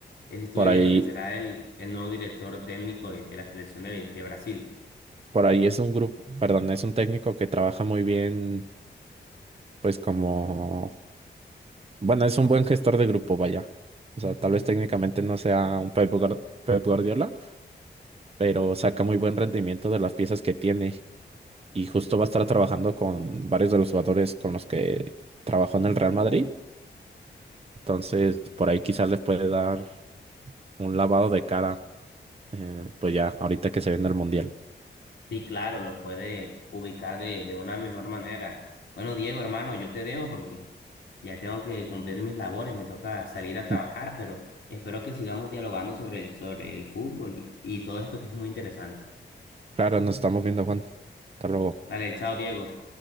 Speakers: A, on the left; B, on the right.
A: eso estuve
B: Por
A: viendo
B: ahí,
A: que será el, el nuevo director técnico de, de la selección de, de Brasil.
B: por ahí es un grupo, perdón, es un técnico que trabaja muy bien, pues como, bueno, es un buen gestor de grupo, vaya. O sea, tal vez técnicamente no sea un Pep Guard- Pep Guardiola, pero saca muy buen rendimiento de las piezas que tiene. y justo va a estar trabajando con varios de los jugadores con los que trabajó en el Real Madrid. Entonces, por ahí quizás les puede dar un lavado de cara, eh, pues ya, ahorita que se viene el Mundial.
A: Sí, claro, lo puede ubicar de, de una mejor manera. Bueno, Diego, hermano, yo te dejo porque ya tengo que cumplir mis labores, me toca salir a trabajar,
B: <laughs>
A: pero espero que sigamos dialogando sobre, sobre el fútbol y, y todo esto que es muy interesante.
B: Claro, nos estamos viendo, Juan. Hasta luego.
A: Dale, chao, Diego.